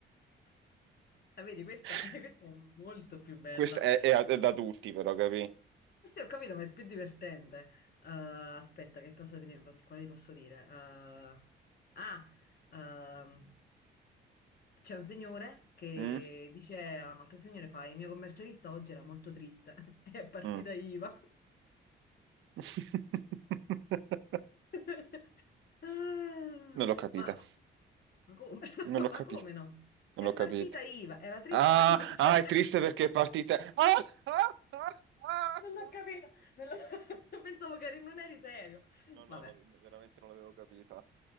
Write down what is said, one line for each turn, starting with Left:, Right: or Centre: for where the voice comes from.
Left: Ah, Vedi, questa,
Right: <laughs>
Left: eh, questa è molto più bella.
Right: Questo è, è ad è ad adulti, però, capì?
Left: Sì, ho capito, ma è più divertente. Eh, aspetta, che cosa te ne, quale ti posso dire? Eh, ah, ehm, c'è un signore che
Right: Mm?
Left: dice a un altro signore, fa, il mio commercialista oggi era molto triste, <laughs> è partita
Right: Mm.
Left: IVA.
Right: <laughs>
Left: <laughs> Ah,
Right: Non l'ho capita.
Left: ma, ma come? <laughs>
Right: Non l'ho
Left: Ma
Right: capita.
Left: come no?
Right: Non
Left: È
Right: l'ho capita.
Left: partita IVA, era triste
Right: Ah,
Left: il commerciale.
Right: ah, è
Left: <laughs>
Right: triste perché è partita. <laughs> Ah, ah, ah,
Left: Non l'ho
Right: ah.
Left: capita, non l'ho- <laughs> pensavo che eri- non eri serio.
Right: No, no,
Left: Vabbè,
Right: la- veramente non l'avevo capita.